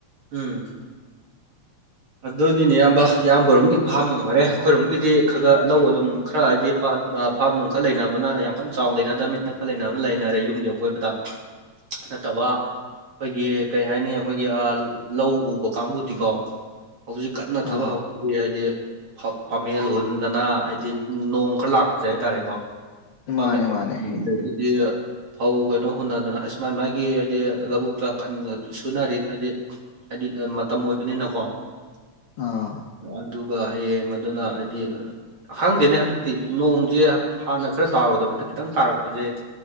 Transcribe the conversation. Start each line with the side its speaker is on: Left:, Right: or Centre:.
Right: ꯎꯝ ꯑꯗꯨꯅꯤꯅꯦ ꯏꯌꯥꯝꯕ ꯏꯌꯥꯝꯕꯔꯣꯝꯒꯤ ꯐꯥꯝ ꯅꯨꯡ ꯑꯣꯏꯔꯦ ꯑꯩꯈꯣꯏꯔꯣꯝꯒꯤꯗꯤ ꯈ ꯒ ꯂꯧ ꯑꯗꯨꯝ ꯈꯔ ꯍꯥꯏꯗꯤ ꯑ ꯐꯥꯔꯝ ꯅꯨꯡ ꯈꯔ ꯂꯩꯅꯕꯅ ꯌꯥꯝ ꯀꯟꯅ ꯆꯥꯎ ꯂꯩꯅꯗꯕꯅꯤꯅ ꯈꯔ ꯂꯩꯅꯕꯅ ꯂꯩꯅꯔꯦ ꯌꯨꯝꯒꯤ ꯑꯀꯣꯏꯕꯗ ꯅꯠꯇꯕ ꯑꯩꯈꯣꯏꯒꯤ ꯀꯩ ꯍꯥꯏꯅꯤ ꯑꯩꯈꯣꯏꯒꯤ ꯑ ꯂꯧ ꯎꯕ ꯀꯥꯡꯕꯨꯗꯤꯀꯣ ꯍꯧꯖꯤꯛ ꯀꯟꯅ ꯊꯕꯛ
Left: ꯑꯥ
Right: ꯍꯧ ꯍꯥꯏꯗꯤ ꯐ ꯄꯥꯃꯦꯟ ꯍꯨꯟꯗꯅ ꯍꯥꯏꯗꯤ ꯅꯣꯡ ꯈꯔ ꯂꯥꯛꯄꯁꯦ ꯍꯥꯏꯇꯥꯔꯦꯀꯣ ꯄꯥꯃꯦ
Left: ꯃꯥꯅꯦ
Right: <unintelligible>
Left: ꯃꯥꯅꯦ ꯍꯥꯏꯗꯤ
Right: ꯐꯧ ꯀꯩꯅꯣ ꯍꯨꯟꯅꯗꯅ ꯑꯁ ꯃꯥꯏ ꯃꯥꯒꯤ ꯍꯥꯏꯗꯤ ꯂꯧꯕꯨꯛꯇ ꯀꯟꯅ ꯁꯨꯅꯔꯤ ꯍꯥꯏꯗꯤ ꯍꯥꯏꯗꯤ ꯃꯇꯝ ꯑꯣꯏꯕꯅꯤꯅꯀꯣ
Left: ꯑꯥ
Right: ꯑꯗꯨꯒ ꯍꯌꯦꯡ ꯑꯗꯨꯅ ꯍꯥꯏꯗꯤ ꯈꯪꯗꯦꯅꯦ ꯍꯟꯗꯛꯇꯤ ꯅꯣꯡꯖꯦ ꯍꯥꯟꯅ ꯈꯔ ꯇꯥꯔꯨꯗꯕꯅꯦ ꯈꯤꯇꯪ ꯇꯥꯔꯛꯄ ꯍꯧꯖꯤꯛ